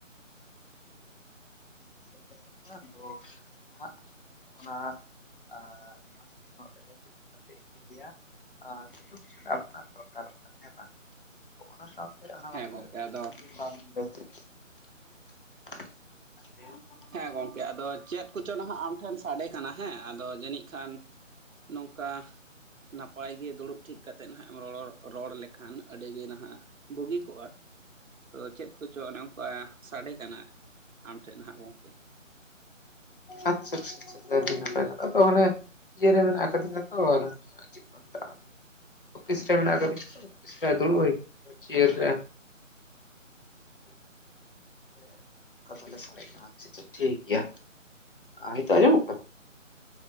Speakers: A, on the left (about 40°); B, on the right (about 75°).
A: <unintelligible> <unintelligible> ᱚᱱᱟ ᱥᱟᱣ- <unintelligible>
B: ᱦᱮᱸ ᱜᱚᱢᱠᱮ ᱟᱫᱚ ᱦᱮᱸ ᱜᱚᱝᱠᱮ ᱟᱫᱚ ᱪᱮᱫ ᱠᱚᱪᱚ ᱱᱟᱦᱟᱜ ᱟᱢ ᱴᱷᱮᱱ ᱥᱟᱰᱮ ᱠᱟᱱᱟ ᱦᱮᱸ ᱟᱫᱚ ᱡᱟᱹᱱᱤᱡ ᱠᱷᱟᱱ ᱱᱚᱝᱠᱟ ᱱᱟᱯᱟᱭ ᱜᱮ ᱫᱩᱲᱩᱵ ᱴᱷᱤᱠ ᱠᱟᱛᱮᱫ ᱱᱟᱦᱟᱜ ᱮᱢ ᱨᱚᱲ ᱨᱚᱲ ᱞᱮᱠᱷᱟᱱ ᱟᱹᱰᱤᱜᱮ ᱱᱟᱦᱟᱼᱜ ᱵᱩᱜᱤ ᱠᱚᱜᱼᱟ ᱛᱚ ᱪᱮᱫ ᱠᱚᱪᱚ ᱚᱱᱮ ᱚᱱᱠᱟ ᱥᱟᱰᱮ ᱠᱟᱱᱟ ᱟᱢ ᱴᱷᱮᱱ ᱦᱟᱜ ᱜᱚᱝᱠᱮ
A: ᱟᱪᱪᱷᱟ ᱟᱪᱷᱟ ᱟᱪᱪᱷᱟ ᱟ. ᱰᱤ ᱱᱟᱯᱟᱭ ᱠᱟᱛᱷᱟ ᱛᱚ ᱚᱱᱮ ᱤᱭᱟᱹᱨᱮ ᱢᱮᱱᱟᱜ ᱠᱟᱫᱤᱧᱟ ᱛᱚ ᱚᱱᱟ ᱪᱮᱫ ᱠᱚ ᱢᱮᱛᱟᱜᱼᱟ ᱚᱯᱷᱤᱥ ᱨᱮ ᱢᱮᱱᱟᱜ ᱠᱟᱫᱤᱧ ᱚᱯᱷᱤᱥ ᱨᱮ ᱫᱩᱲᱩᱵ ᱦᱩᱭ ᱪᱮᱭᱟᱨ ᱨᱮ ᱠᱟᱛᱷᱟ ᱞᱮ <unintelligible> ᱥᱟᱰᱮ ᱠᱟᱱᱟ ᱟᱪᱪᱷᱟ ᱴᱷᱤᱠ ᱜᱮᱭᱟ, ᱱᱤᱛᱚ ᱟᱸᱡᱚᱢ ᱠᱟᱱᱟ